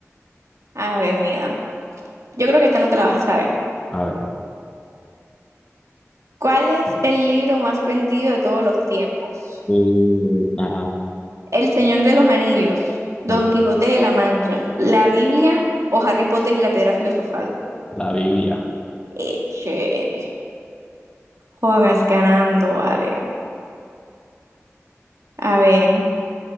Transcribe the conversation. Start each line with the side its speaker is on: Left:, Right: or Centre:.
Right: A ver, mira. Yo creo que esta no te la vas a saber.
Left: A ver.
Right: ¿Cuál es el libro más vendido de todos los tiempos?
Left: y- ajá,
Right: El Señor de los Anillos, Don
Left: ah,
Right: Quijote de la Mancha, la Biblia o Harry Potter y la Piedra Filosofal.
Left: la Biblia.
Right: Eche. Joder, me vas ganando, vale. A ver,